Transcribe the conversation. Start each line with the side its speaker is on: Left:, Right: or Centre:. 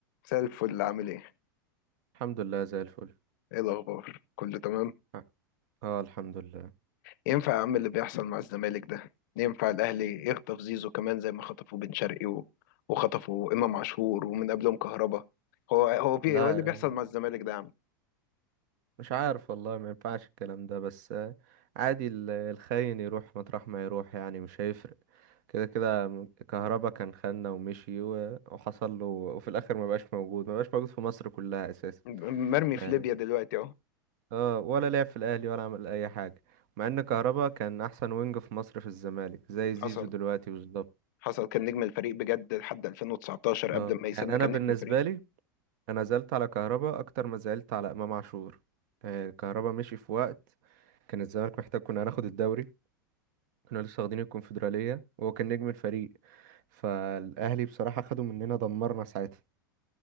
Left: مساء الفل عامل ايه؟
Right: الحمد لله زي الفل
Left: ايه الأخبار؟ كله تمام؟
Right: اه آه، الحمد لله
Left: ينفع يا عم اللي بيحصل مع الزمالك ده؟ ينفع الأهلي يخطف زيزو كمان زي ما خطفوا بن شرقي و... وخطفوا إمام عاشور ومن قبلهم كهربا هو هو في
Right: لا
Left: ايه هو إيه اللي بيحصل مع الزمالك ده يا عم؟
Right: مش عارف والله ما ينفعش الكلام ده بس آه، عادي ال- الخاين يروح مطرح ما يروح يعني مش هيفرق كده كده م- كهربا كان خاننا ومشي و- وحصل له وفي الاخر ما بقاش موجود ما بقاش موجود في مصر كلها اساسا
Left: م- مرمي
Right: يعني
Left: في ليبيا دلوقتي اهو
Right: اه ولا لعب في الاهلي ولا عمل اي حاجه مع ان كهربا كان احسن وينج في مصر في الزمالك زي زيزو
Left: حصل
Right: دلوقتي بالظبط
Left: حصل كان نجم الفريق بجد لحد 2019 قبل
Right: اه
Left: ما يسيبنا
Right: يعني انا
Left: كان
Right: بالنسبه
Left: نجم الفريق
Right: لي انا زعلت على كهربا اكتر ما زعلت على امام عاشور آه، كهربا مشي في وقت كان الزمالك محتاج كنا هناخد الدوري كنا لسه واخدين الكونفدرالية وهو كان نجم الفريق فالاهلي بصراحة خدوا مننا دمرنا ساعتها